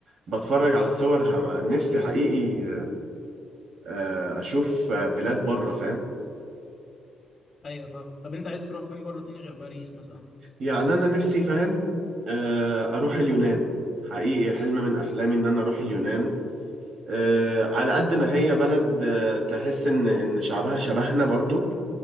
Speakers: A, on the right; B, on the left.
A: بتفرج على الصور ه- نفسي حقيقي آه، اشوف آه، بلاد بره فاهم
B: ايوه فاهم طب انت عايز تروح فين بره تاني غير باريس مثلا
A: يعني انا نفسي فاهم آه، اروح اليونان حقيقي حلم من احلامي ان انا اروح اليونان آه، على
B: لذيذ
A: قد ما هي بلد آه، تحس ان ان شعبها شبهنا برضو